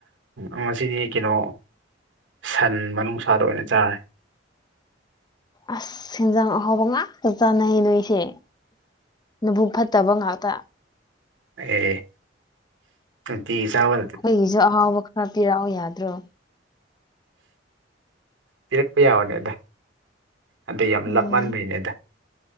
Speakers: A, on the right; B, on the left.
A: ꯉꯁꯤꯗꯤ ꯀꯩꯅꯣ ꯁꯟ ꯃꯅꯨꯡꯁꯥꯗ ꯑꯣꯏꯅ ꯆꯥꯔꯦ
B: ꯑꯁ ꯁꯦꯟꯖꯥꯡ ꯑꯍꯥꯎꯕ ꯉꯥꯛꯇ ꯆꯥꯅꯩ ꯅꯣꯏꯁꯦ ꯅꯕꯨꯛ ꯐꯠꯇꯕ ꯉꯥꯛꯇ
A: ꯑꯦ ꯇꯤ ꯆꯕ
B: ꯑꯩꯈꯣꯏꯒꯤꯁꯨ ꯑꯍꯥꯎꯕ ꯈꯔ ꯄꯤꯔꯛꯑꯣ ꯌꯥꯗ꯭ꯔꯣ
A: ꯄꯤꯔꯛꯄ ꯌꯥꯕꯅꯦ ꯑꯗ ꯑꯗ ꯌꯥꯝ
B: ꯎꯝ
A: ꯂꯞ ꯃꯥꯟꯕꯩꯅꯦ ꯑꯗ